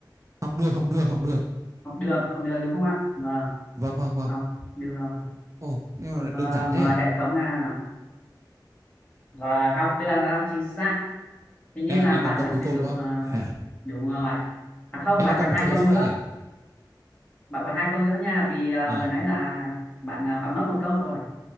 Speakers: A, on the right (about 40°); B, on the left (about 20°).
A: Học đường, học đường, học đường.
B: học đường học đường đúng không ạ vâng
A: Vâng, vâng, vâng.
B: học đường
A: Ồ, thế mà
B: vâng
A: lại đơn giản thế
B: mời
A: à?
B: hệ thống nào và học đường là chính xác hình như
A: Em
B: là
A: em
B: bạn
A: còn câu
B: đã
A: cuối cùng
B: sử dụng
A: đúng không?
B: ờ,
A: à?
B: đúng rồi à không
A: Em
B: bạn
A: có còn
B: còn
A: một
B: hai
A: câu trợ
B: câu
A: giúp
B: nữa
A: anh nhỉ?
B: bạn còn hai câu nữa nha vì à,
A: À,
B: vừa nãy là bạn à, bạn mất một câu rồi